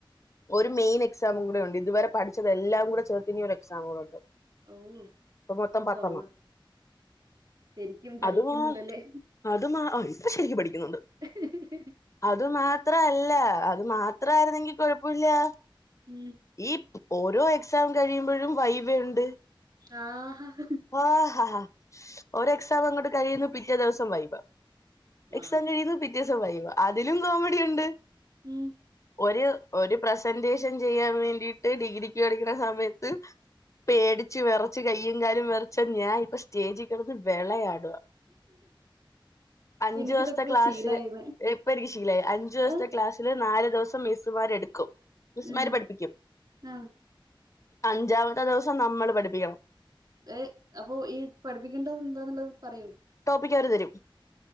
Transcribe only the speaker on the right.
അഹു
കൊള്ളാം ശരിക്കും പഠിക്കുന്നുണ്ടല്ലേ
<unintelligible>
ഉം
<unintelligible>
വാവ്
ഉം
എനിക്കിതൊക്കെ
ശീലായിന്ന്
ഏഹ്
ഉം
ആഹ്
ഏ അപ്പൊ ഈ പഠിപ്പിക്കേണ്ടത് എന്താന്നുള്ളത് പറയോ